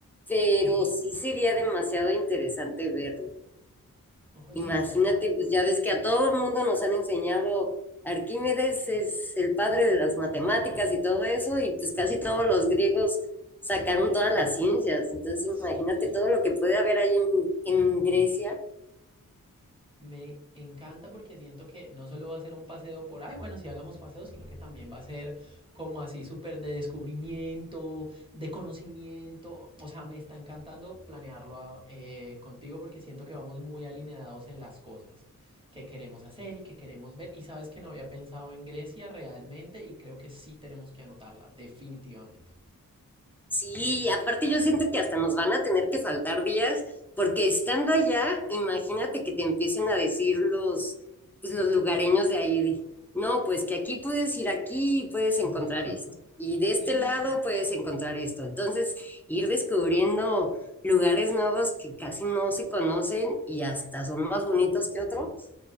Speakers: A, in the centre; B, on the right.
A: pero
B: Ajá.
A: sí sería demasiado interesante verlo.
B: Oye,
A: Imagínate,
B: total.
A: pues ya ves que a todo el mundo nos han enseñado, Arquímedes es el padre de las matemáticas y todo eso, y pues casi todos los griegos sacaron todas las ciencias. Entonces
B: Sí.
A: imagínate todo lo que puede haber ahí en, en Grecia.
B: Me encanta porque siento que no solo va a ser un paseo por, ay, bueno, si hagamos paseo, sino que también va a ser como así súper de descubrimiento, de conocimiento. O sea, me está encantando planearlo a- eh, contigo porque siento que vamos muy alineados en las cosas que queremos hacer y que queremos ver. Y sabes que no había pensado en Grecia realmente y creo que sí tenemos que anotarla, definitivamente.
A: Sí, aparte yo siento que hasta nos van a tener que faltar días, porque estando allá, imagínate que te empiecen a decir los, pues los lugareños de ahí, de, no, pues que aquí puedes ir aquí y puedes encontrar
B: <laughs>
A: esto, y de
B: Sí.
A: este lado puedes encontrar esto. Entonces, ir descubriendo lugares nuevos que casi no se conocen y hasta son más bonitos que otros.